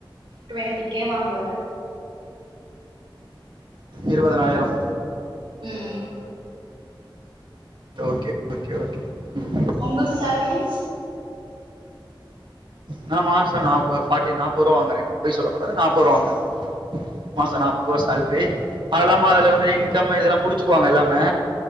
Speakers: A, on the right; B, on the right.
A: டுவெண்டி கே வாங்குவாரு
B: இருவதனாயிரம்
A: ம்
B: ஓகே ஓகே ஓகே ம்
A: உங்களுக் சேல்ரி
B: நா மாச நாப்பது ஃபாட்டி நாப்பது ருவா வாங்கறேங்க பொய் சொல்ல கூடாது நாப்பது ருவா வாங்கற மாச நாப்பது ருவா சேல்ரி
A: ஓகே ஓகே
B: அது இல்லாம அதுல
A: ம்
B: வந்து இன்கம் இதெல்லா புடிச்சிக்குவாங்க எல்லாமே